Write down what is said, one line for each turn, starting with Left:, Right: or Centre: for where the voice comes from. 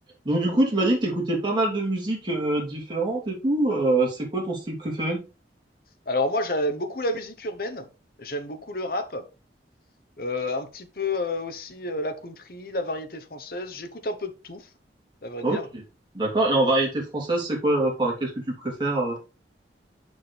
Right: Donc du coup, tu m'as dit que t'écoutais pas mal de musiques euh, différentes et tout. Euh, c'est quoi ton style préféré?
Left: Alors moi, j'aime beaucoup la musique urbaine, j'aime beaucoup le rap, euh, un petit peu euh, aussi euh, la country, la variété française. J'écoute un peu de tout, à vrai
Right: Ok,
Left: dire.
Right: d'accord. Et en variété française, c'est quoi? Enfin, qu'est-ce que tu préfères? euh